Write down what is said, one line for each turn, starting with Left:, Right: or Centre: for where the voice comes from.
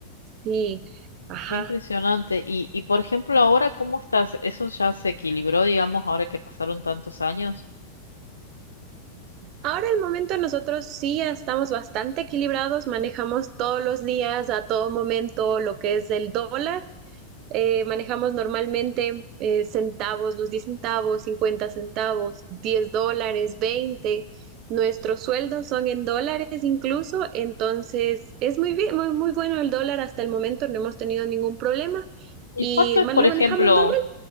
Right: Sí, ajá.
Left: Qué impresionante. Y, y por ejemplo, ahora, ¿cómo estás? ¿Eso ya se equilibró, digamos, ahora que pasaron tantos años?
Right: Ahora el momento nosotros sí ya estamos bastante equilibrados, manejamos todos los días, a todo momento, lo que es el dólar. Eh, manejamos normalmente eh, centavos, los 10 centavos, 50 centavos, 10 dólares, veinte Nuestros sueldos son en dólares incluso, entonces es muy bien, muy, muy bueno el dólar hasta el momento, no hemos tenido ningún problema
Left: ¿Y
Right: y
Left: cuánto es,
Right: man-
Left: por
Right: lo
Left: ejemplo?
Right: manejamos normal.